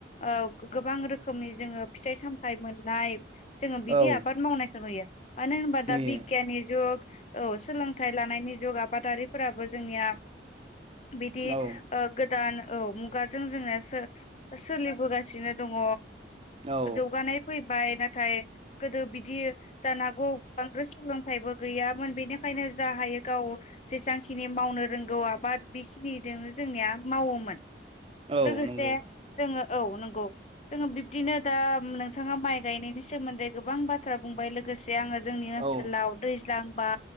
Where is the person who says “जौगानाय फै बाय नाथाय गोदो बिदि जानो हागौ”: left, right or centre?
Left